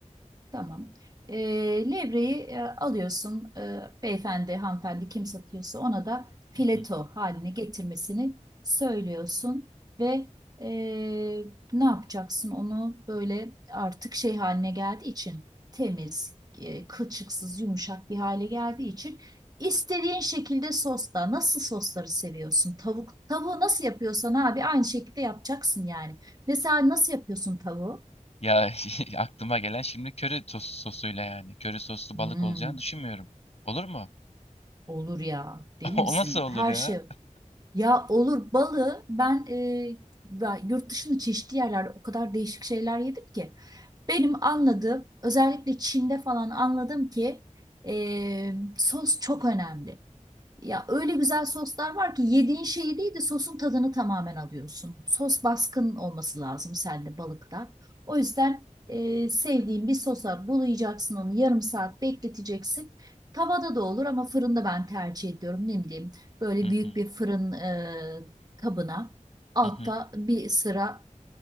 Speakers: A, on the right; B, on the left.
A: Tamam. Ee, levreyi e, alıyorsun. Ee, beyefendi, hanımefendi kim satıyorsa ona da fileto
B: Hı hı.
A: haline getirmesini söylüyorsun ve e, ne yapacaksın onu böyle artık şey haline geldiği için temiz, e, kılçıksız, yumuşak bir hale geldiği için istediğin şekilde sosla nasıl sosları seviyorsun? Tavuk tavuğu nasıl yapıyorsan abi aynı şekilde yapacaksın yani. Mesela nasıl yapıyorsun tavuğu?
B: Ya <laughs> aklıma gelen şimdi köri sos, sosuyla yani. Köri soslu balık
A: Hmm.
B: olacağını düşünmüyorum. Olur mu?
A: Olur ya, değil
B: <laughs> O
A: misin?
B: nasıl olur
A: Her
B: ya?
A: şey. Ya olur balı ben, e, ben yurt dışında çeşitli yerlerde o kadar değişik şeyler yedim ki. Benim anladığım özellikle Çin'de falan anladım ki e, sos çok önemli. Ya öyle güzel soslar var ki yediğin şeyi değil de sosun tadını tamamen alıyorsun. Sos baskın olması lazım sende balıkta. O yüzden e, sevdiğin bir sosa bulayacaksın onu yarım saat bekleteceksin. Tavada da olur ama fırında ben tercih ediyorum. Ne bileyim böyle
B: Hı
A: büyük
B: hı.
A: bir fırın e, kabına altta
B: Hı hı.
A: bir sıra